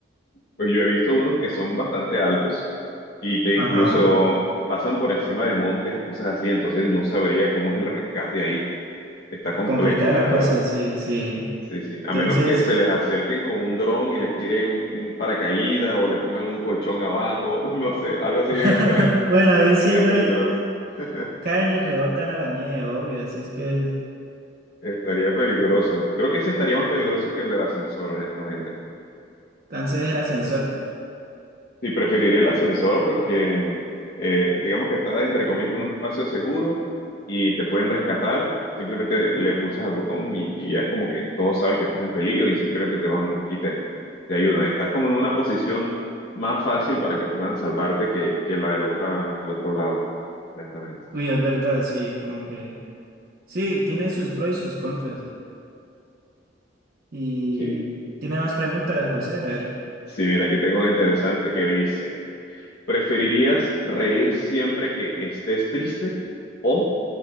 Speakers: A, on the left; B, on the right.
A: Pues yo he visto unos que son bastante altos y que incluso
B: Ajá.
A: pasan por encima de montes y cosas así, entonces no sabría cómo es el rescate ahí. Está complejo,
B: complicada
A: la
B: la
A: verdad.
B: cosa, sí, sí.
A: Sí, sí. A
B: Entonces,
A: menos que se les acerquen con un dron y les tiren un paracaídas o le pongan un colchón abajo, <laughs> no sé, algo así
B: <laughs>
A: bien extremo,
B: bueno, ahí
A: estaría
B: sí, ¿no?
A: peligroso.
B: Ahí
A: <laughs>
B: caen y rebotan a la nieve, obvio, así es que,
A: Estaría peligroso. Creo que ese estaría más peligroso que el del ascensor, honestamente.
B: entonces el ascensor,
A: Sí, preferiría el ascensor porque eh, digamos que estás entre comillas en un espacio seguro y te pueden rescatar. Simplemente le pulsas al botón y, y ya es como que todos saben que estás en peligro y simplemente te van y te, te ayudan. Estás como en una posición más fácil para que puedan salvarte que, que la del otra, el otro lado, honestamente.
B: uy, es verdad, sí, como que, sí, tiene sus pros y sus contras. Y
A: Sí.
B: tiene más preguntas, José, a ver.
A: Sí, mira, aquí tengo una interesante que dice. ¿Preferirías reír siempre que estés triste o